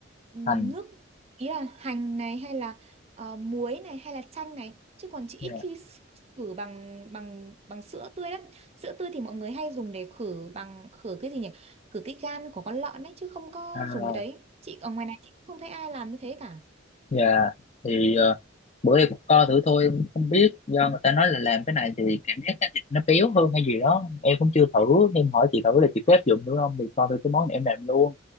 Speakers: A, on the right; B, on the left.
A: Ừm,
B: Thành
A: nước ý là hành này hay là ờ, muối này hay là chanh này chứ còn chị ít
B: dạ
A: khi s- khử bằng bằng bằng sữa tươi lắm sữa tươi thì mọi người hay dùng để khử bằng khử cái gì nhỉ khử cái gan của con lợn ấy chứ không có
B: à,
A: dùng cái đấy chị ở ngoài này chị không thấy ai làm như thế cả
B: dạ thì ờ, bữa em cũng co thử thôi em cũng không biết do người ta nói là làm cái này thì cảm giác cái thịt nó béo hơn hay gì đó em cũng chưa thử nên hỏi chị thử là chị có áp dụng được không thì coi thử cái món này em làm luôn